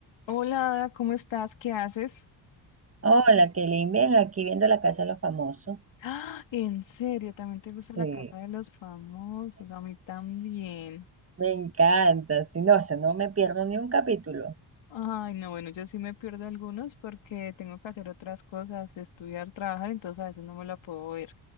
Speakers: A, on the left (about 80°); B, on the right (about 30°).
A: Hola, Ada, ¿cómo estás? ¿Qué haces?
B: Hola, Kelly, bien, aquí viendo la casa de los famosos.
A: ¡Ah! ¿En serio? ¿También te
B: Sí,
A: gusta la casa de los famosos? A mí también.
B: me encanta. Si no, o sea, no me pierdo ni un capítulo.
A: Ay, no, bueno, yo sí me pierdo algunos porque tengo que hacer otras cosas, estudiar, trabajar, entonces a veces no me la puedo ver.